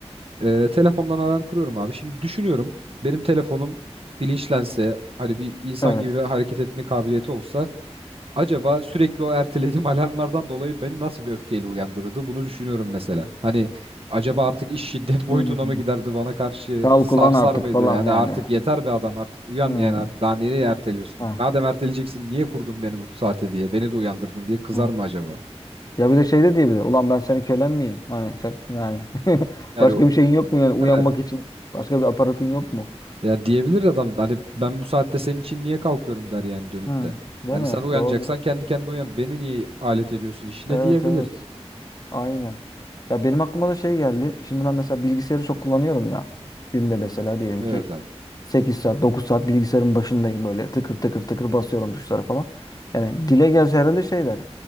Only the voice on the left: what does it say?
Evet.
Hmm.
Kal
kullan artık
falan
yani.
Hani,
hmm.
Ha,
ha.
Ya bir de şey de diyebilir. Ulan ben senin kölen miyim? Hani şak- yani <laughs>
başka
bir şeyin yok mu yani uyanmak
için? Başka bir aparatın yok mu?
Hmm.
Değil
mi?
Doğru.
Evet
evet. Aynen. Ya benim aklıma da şey geldi. Şimdi ben mesela bilgisayarı çok kullanıyorum ya. Günde mesela diyelim
ki
8 saat, 9 saat bilgisayarın başındayım böyle tıkır tıkır tıkır basıyorum tuşlara falan. Yani dile gelse herhalde şey der.